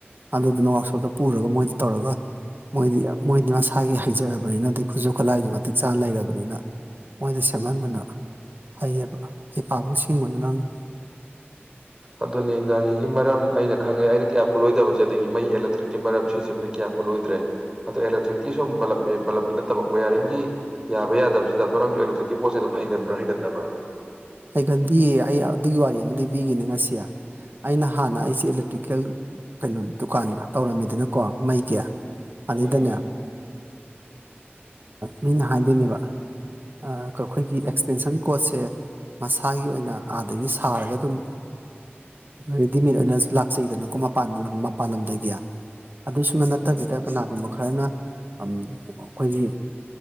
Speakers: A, on the right; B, on the right.
A: ꯑꯗꯨꯗꯨꯅ ꯋꯔꯥꯛꯁꯣꯞꯇ ꯄꯨꯔꯒ ꯃꯣꯏꯗ ꯇꯧꯔꯒ ꯃꯣꯏꯗꯤ ꯃꯣꯏꯗꯤ ꯃꯁꯥꯒꯤ ꯍꯩꯖꯔꯕꯅꯤꯅꯗꯤ ꯈꯨꯠꯁꯨ ꯈꯨꯠꯂꯥꯏꯒꯤ ꯃꯇꯤꯛ ꯆꯥꯅ ꯂꯩꯔꯕꯅꯤꯅ ꯃꯣꯏꯗ ꯁꯦꯝꯍꯟꯕꯅ ꯍꯩꯌꯦꯕ ꯍꯩꯄꯥꯃꯨꯛ ꯁꯤꯡꯉꯨꯅꯨ ꯅꯪꯅ
B: ꯑꯗꯨꯅꯦ ꯒꯥꯔꯤꯒꯤ ꯃꯔꯝ ꯑꯩꯅ ꯈꯪꯉꯦ ꯑꯩꯅ ꯀꯌꯥ ꯀꯣꯠꯂꯣꯏꯗꯕꯁꯦ ꯑꯗꯒꯤ ꯃꯩꯂꯛꯇ꯭ꯔꯤꯛꯀꯤ ꯃꯔꯝ ꯁꯤꯖꯤꯃꯗꯤ ꯀꯌꯥ ꯈꯨꯠꯂꯣꯏꯗ꯭ꯔꯦ ꯑꯗꯣ ꯑꯦꯂꯦꯛꯇ꯭ꯔꯤꯛꯀꯤ ꯁꯨꯝ ꯕꯂꯞ ꯕꯂꯞꯀꯤ ꯅꯠꯇꯕ ꯋꯌꯥꯔꯤꯡꯒꯤ ꯌꯥꯕ ꯌꯥꯗꯕꯁꯤꯗ ꯑꯣ ꯅꯪꯁꯨ ꯑꯦꯂꯦꯛꯇ꯭ꯔꯤꯛꯀꯤ ꯄꯣꯠꯁꯦ ꯑꯗꯨꯝ ꯍꯩꯒꯟꯕ꯭ꯔꯥ ꯍꯩꯒꯟꯗꯕ꯭ꯔ
A: ꯍꯩꯒꯟꯗꯦꯌꯦ ꯑꯩ ꯑꯗꯨꯒꯤ ꯋꯥꯔꯤ ꯑꯃ ꯂꯩ ꯄꯕꯤꯒꯅꯦ ꯉꯁꯤ ꯑꯩꯅ ꯍꯥꯟꯅ ꯑꯩꯁꯦ ꯏꯂꯦꯛꯇ꯭ꯔꯤꯀꯦꯜ ꯀꯩꯅꯣ ꯗꯨꯀꯥꯟ ꯇꯧꯔꯝꯃꯤꯗꯅꯀꯣ ꯃꯩꯒꯤ ꯑꯗꯩꯗꯅꯦ
B: ꯎꯝ
A: ꯃꯤꯅ ꯍꯥꯏꯗꯣꯏꯅꯦꯕ ꯑꯩꯈꯣꯏꯒꯤ ꯑꯦꯛꯁꯇꯦꯟꯁꯟ ꯀꯣꯠꯁꯦ ꯃꯁꯥꯒꯤ ꯑꯣꯏꯅ ꯑꯥꯗꯒꯤ ꯁꯥꯔꯒ ꯑꯗꯨꯝ ꯔꯦꯗꯤꯃꯦꯗ ꯑꯣꯏꯅ ꯂꯥꯛꯆꯩꯗꯅꯀꯣ ꯃꯄꯥꯟ ꯃꯄꯥꯟ ꯂꯝꯗꯒꯤ ꯑꯗꯨꯁꯨꯛꯅꯠ ꯅꯠꯇꯕꯤꯗ
B: ꯎꯝ
A: ꯀꯅꯥꯒꯨꯝꯕ ꯈꯔꯅ ꯑꯩꯈꯣꯏꯒꯤ